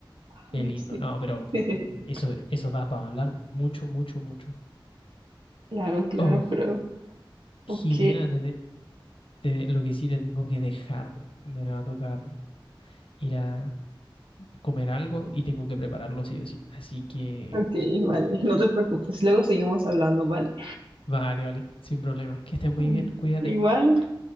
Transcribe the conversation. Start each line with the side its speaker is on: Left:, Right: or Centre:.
Right: Ah,
Left: Qué
Right: No
Left: lindo.
Right: sé.
Left: No, pero
Right: <laughs>
Left: eso, eso da para hablar mucho, mucho, mucho.
Right: Claro, claro,
Left: Oh,
Right: pero
Left: Jimena,
Right: ok.
Left: te, te- te- lo que sí te tengo que dejar. Me va a tocar ir a comer algo y tengo que prepararlo sí o sí. Así que,
Right: Ok, vale, <laughs> no te preocupes, luego seguimos hablando, ¿vale?
Left: vale, vale, sin problema. Que estés muy
Right: Mm,
Left: bien, cuídate.
Right: Igual,